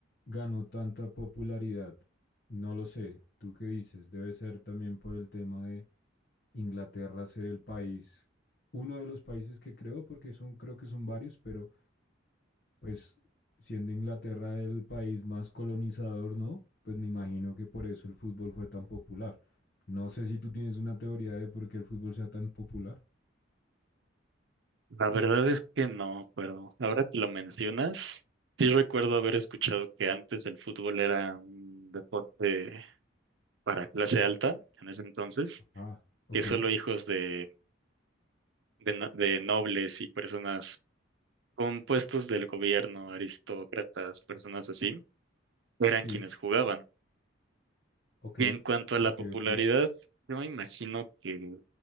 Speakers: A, on the left; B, on the right.
A: ganó tanta popularidad, no lo sé, ¿tú qué dices? Debe ser también por el tema de Inglaterra ser el país, uno de los países que creó, porque son, creo que son varios, pero pues siendo Inglaterra el país más colonizador, ¿no? Pues me imagino que por eso el fútbol fue tan popular. No sé si tú tienes una teoría de por qué el fútbol sea tan popular.
B: La verdad es que no, pero ahora que lo mencionas, sí recuerdo haber escuchado que antes el fútbol era un deporte para clase alta, en ese entonces,
A: Ah, Ok,
B: que solo hijos de, de, no- de nobles y personas con puestos del gobierno, aristócratas, personas así, eran
A: sí,
B: quienes jugaban.
A: ok,
B: Y en cuanto a la
A: ok,
B: popularidad,
A: ok.
B: yo me imagino que,